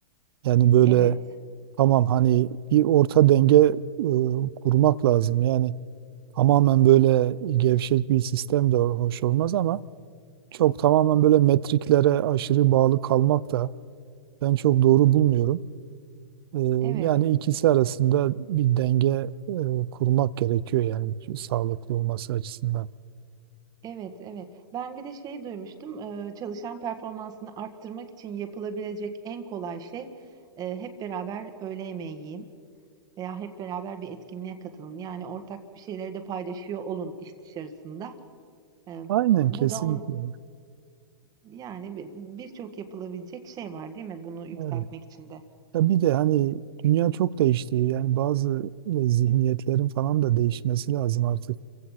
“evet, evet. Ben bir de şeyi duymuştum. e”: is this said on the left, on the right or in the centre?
Right